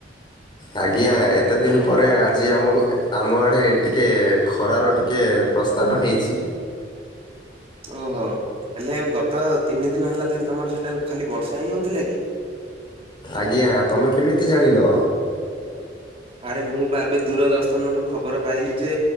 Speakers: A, on the left (about 25°); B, on the right (about 35°).
A: ଆଜ୍ଞା, ଏତେ ଦିନ୍ ପରେ ଆଜି ଆମ-ଆମ ଆଡ଼େ ଟିକେ ଖରାର ଟିକେ ପ୍ରସ୍ଥାନ ହେଇଚି।
B: ଓହୋ, ହେଲେ ଆଉ ଗତ ତିନି ଦିନ ହେଲା ଧରି ତମର ସେଠାରୁ ଖାଲି ବର୍ଷା ହିଁ ହଉଥିଲା କି?
A: ଆଜ୍ଞା, ତମେ କେମିତି ଜାଣିଲ?
B: ଆରେ ମୁଁ ବା ଏବେ ଦୂରଦର୍ଶନରୁ ଖବର ପାଇଲି ଯେ